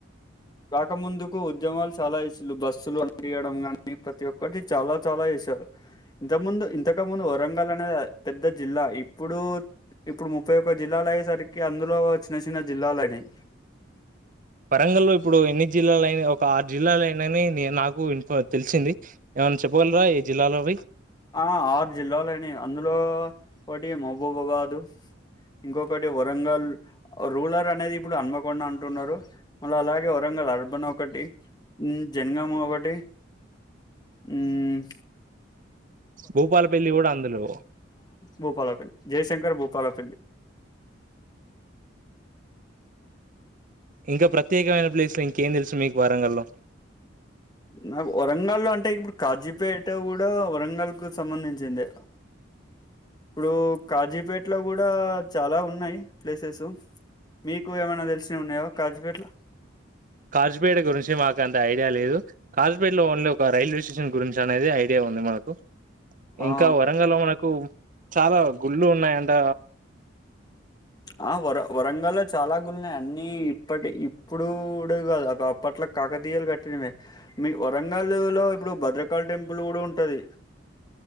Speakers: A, on the left (about 20°); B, on the right (about 45°).
A: రాకముందుకు ఉద్యమాలు చాలా చేసిలు బస్సులు అంటియడం కానీ ప్రతి ఒక్కటి చాలా చాలా చేసారు. ఇంత ముందు ఇంతక ముందు వరంగల్ అనేది పెద్ద జిల్లా ఇప్పుడు ఇప్పుడు ముప్పై ఒక్క జిల్లాలు అయ్యేసరికి అందులో చిన్న చిన్న జిల్లాలైనయి
B: వరంగల్లో ఇప్పుడు ఎన్ని జిల్లాలైనయి ఒక ఆరు జిల్లాలు అయినయని ని నాకు ఇన్ఫ తెలిసింది. ఏమన్న చెప్పగలరా ఏ జిల్లాలవి
A: ఆ ఆరు జిల్లాలైనయి అందులో ఒకటి మహబూబాబాదు ఇంకొకటి వరంగల్ రూలర్ అనేది ఇప్పుడు అన్మకొండా అంటున్నారు. మల్ల అలాగే వరంగల్ అర్బన్ ఒకటి జంగమ ఒకటి మ్మ్
B: భూపాలపెల్లి కూడ అందులో
A: భూపాలపెల్లి జయశంకర్ భూపాలపెల్లి
B: ఇంక ప్రత్యేకమైన ప్లేస్ లో ఇంకేం తెలుసు మీకు వరంగల్లో?
A: నాకు వరంగల్లో అంటే ఇప్పుడు కాజీపేట కూడా వరంగాల్ కు సంబంధించిందే. ఇప్పుడు కాజీపేట్ల కూడా చాల ఉన్నాయి ప్లేసెస్, మీకు ఏమైనా తెలిసినవి ఉన్నాయా కాజీపేట్ల
B: కాజుపేట గురించి మాకు అంత ఐడియా లేదు. కాజుపేటలో ఓన్లీ ఒక రైల్వే స్టేషన్ గురించి అనేది ఐడియా ఉంది మనకు.
A: ఆ,
B: ఇంక వరంగల్లో మనకు చాలా గుళ్ళు ఉన్నాయ అంట
A: ఆ వర వరంగల్లో చాలా గుళ్ళున్నాయి అన్నీ ఇప్పటి ఇప్పుడూ కూడ కాదు. అదప్పట్లో కాకతీయాలు కట్టినవే మీ వరంగల్ లో ఇప్పుడు భద్రకాళి టెంపుల్ కూడ ఉంటది.